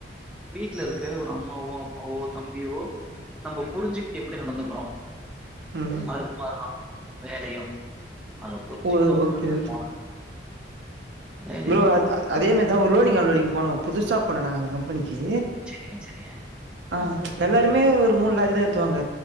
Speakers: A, in the centre; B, on the right.
A: வீட்ல இருக்க ஒரு அம்மாவோ அப்பாவோ தம்பியோ நம்ம புரிஞ்சிக்கிட்டு எப்டி நடந்துக்கிறோம்
B: ம்
A: அது மாரிதான் வேலையும். அத புரிஞ்சுக்கிட்டு
B: ஒ ஒ
A: அப்புறம்
B: ஓகே
A: போனது. வேலைய
B: ப்ரோ
A: புரிஞ்சுக்கிட்டு
B: அது அ அதே மெதி தா ஒரு லோடிங் அன்லோடிங் போனோம் புதுசா போனோம் நாங்க அந்த கம்பெனிக்கு
A: ஏ செரிங்க
B: ஆ எல்லாருமே ஒரு மூன் லாரிதான் ஏத்துவாங்க